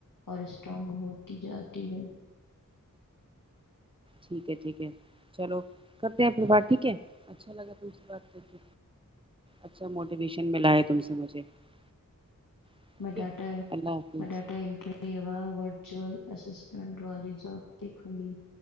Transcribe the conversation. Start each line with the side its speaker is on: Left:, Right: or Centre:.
Left: اور اسٹرانگ ہو <unintelligible> جاتی ہے
Right: ٹھیک ہے ٹھیک ہے چلو کرتے ہیں پھر بات ٹھیک ہے اچھا لگا تم سے بات کر اچھا موٹیویشن ملا ہے تم سے مجھے <unintelligible> اوکے
Left: میں ڈاٹا
Right: اللہ حافظ
Left: میں ڈاٹاٹری <unintelligible> چئل اسسمنٹ والی ضاب دھوں گی <unintelligible>